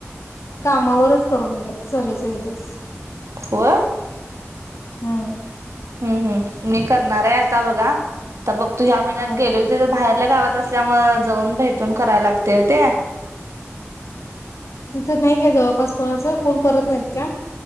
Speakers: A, on the left; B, on the right.
A: कामावरच करून दे सर्विस हे. <unintelligible>
B: होय.
A: हम्म.
B: हम्म हम्म मी करणार आहे आता बघा तर बघ तू ह्या महिन्यात
A: बर
B: गेलो ते बाहेरल्या गावात असल्यामुळे जाऊन भेटून कराय लागते वो ते.
A: तिथं नाही काय जवळपास कोणाच कोण करत नाहीत का?